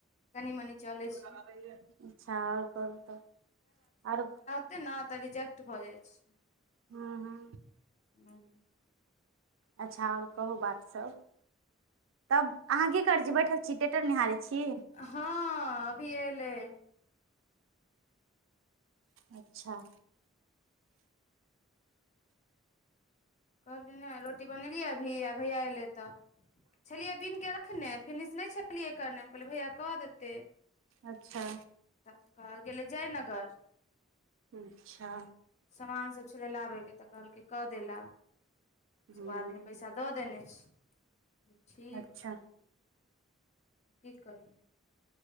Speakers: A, on the left; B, on the right.
A: कनि मनी चलै
B: अच्छा
A: छै
B: आओर करू तऽ आरो
A: नहि तऽ रिजेक्ट भऽ जाइ छै
B: हूँ हूँ
A: हूँ
B: अच्छा और कहू बात सब तब अहाँ की करै छी बैठल च टेटर निहारै छि
A: हँ अभी एलै
B: अच्छा
A: कहलियी ने रोटी बनेलियै अभी आ भैया एयलै तऽ छलियै बीन के रखने फिनिश नहि छलियै करने हम कहलियै भैया कऽ देतै
B: अच्छा
A: तब कहले गेलै जयनगर।
B: अच्छा।
A: सामान सभ छलय लाबयके तऽ कहलकै कऽ देला।
B: हूँ
A: सभ आदमी पैसा दऽ देने छै, ठीक।
B: अच्छा
A: ठीक करू।